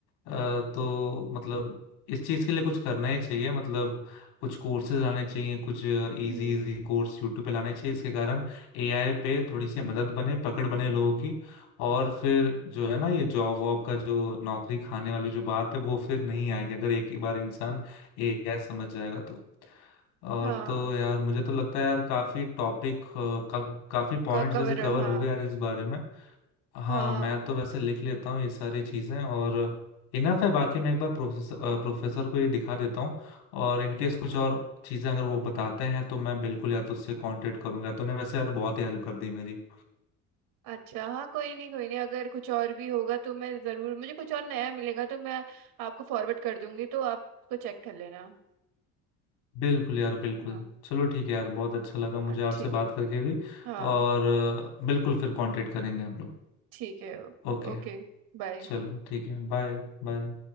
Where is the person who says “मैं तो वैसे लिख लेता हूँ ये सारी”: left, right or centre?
Left